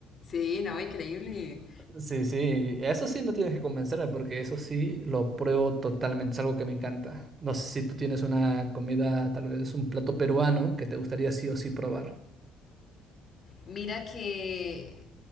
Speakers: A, on the left (about 35°); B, on the right (about 30°).
A: Sí, no, increíble.
B: Sí, sí, eso sí no tienes que convencerme porque eso sí lo pruebo totalmente, es algo que me encanta. No sé si tú tienes una comida, tal vez un plato peruano que te gustaría sí o sí probar.
A: Mira que